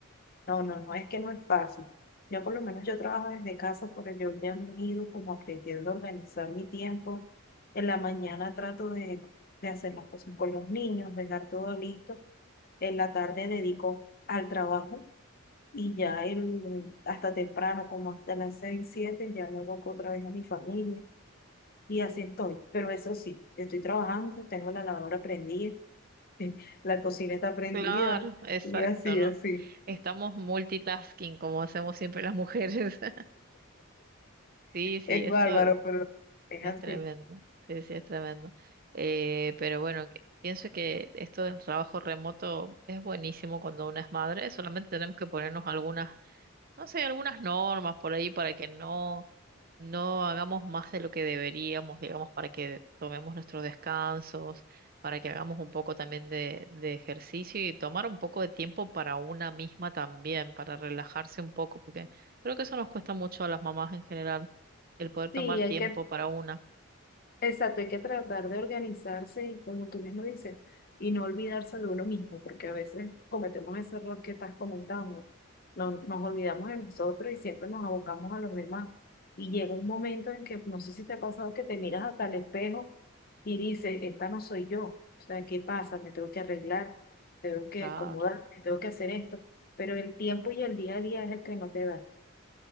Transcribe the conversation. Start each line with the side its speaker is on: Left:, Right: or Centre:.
Left: No, no, no, es que no es fácil. Yo por lo menos yo trabajo desde casa, por ello ya me he ido como aprendiendo a organizar mi tiempo. En la mañana trato de, de hacer las cosas con los niños, dejar todo listo. En la tarde dedico al trabajo y ya
Right: ¿Mm?
Left: el, hasta temprano, como hasta las seis, siete, ya me dedico otra vez a mi familia y así estoy. Pero eso sí, estoy trabajando, tengo la lavadora prendida, <laughs> la cocina está prendida
Right: Claro, exacto,
Left: y así,
Right: ¿no?
Left: así.
Right: Estamos multitasking como hacemos siempre las mujeres. <laughs> Sí, sí,
Left: Es
Right: eso.
Left: bárbaro, pero es
Right: Es
Left: así.
Right: tremendo, sí, sí, es tremendo. Eh, pero bueno, que- pienso que esto del trabajo remoto es buenísimo cuando uno es madre, solamente tenemos que ponernos algunas, no sé, algunas normas por ahí para que no, no hagamos más de lo que deberíamos, digamos, para que tomemos nuestros descansos, para que hagamos un poco también de, de ejercicio y tomar un poco de tiempo para una misma también, para relajarse un poco, porque creo que eso nos cuesta mucho a las mamás en general, el poder tomar
Left: Sí, hay
Right: tiempo
Left: que,
Right: para una.
Left: exacto, hay que tratar de organizarse y como tú mismo dices, y no olvidarse de uno mismo, porque a veces cometemos ese error que estás comentando. No, nos olvidamos de nosotros y siempre nos abocamos a los demás. Y llega un momento en que, no sé si te ha pasado, que te miras hasta el espejo y dices, esta no soy yo. O sea, ¿qué pasa? Me tengo que arreglar, tengo que
Right: Claro,
Left: acomodarme, tengo que hacer esto. Pero el tiempo y el día a día es el que no te da.